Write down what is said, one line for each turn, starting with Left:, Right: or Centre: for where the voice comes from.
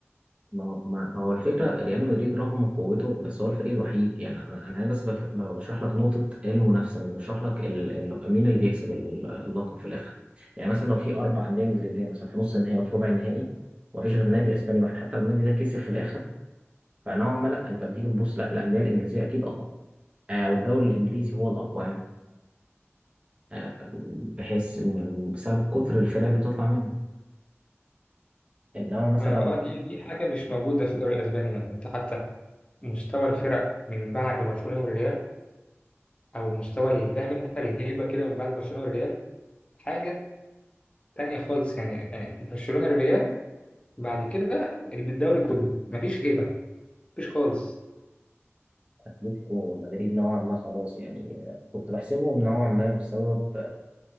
Right: ما هو ما هو الفكرة ريال مدريد رغم قوته بس هو الفريق الوحيد يعني أنا أنا بس بف- بشرح لك نقطة المنافسة مش بشرح لك ال... ال... مين اللي بيكسب ال- اللقب في الآخر يعني مثلا لو في أربع أندية إنجليزية مثلا في نص النهائي وفي ربع النهائي ومفيش غير نادي أسباني واحد حتى لو النادي ده كسب في الآخر فنوعا ما لا أنت بتيجي تبص لا الأندية الإنجليزية أكيد أقوى آه، أو الدوري الإنجليزي هو الأقوى يعني آه، بحيث إن- بسبب كتر الفرق اللي بتطلع منه إنما مثلا
Left: اه دي دي حاجه مش موجوده في الدوري الاسباني يعني انت حتى مستوى الفرق من بعد برشلونه والريال او مستوى ال- فاهم انت الهيبه كده من بعد برشلونه والريال حاجه تانية خالص يعني يعني برشلونه الريال بعد كده الدوري كله مفيش هيبه مفيش خالص
Right: أتلتيكو مدريد نوعا ما خلاص يعني آه، كنت بحسبهم نوعا ما بسبب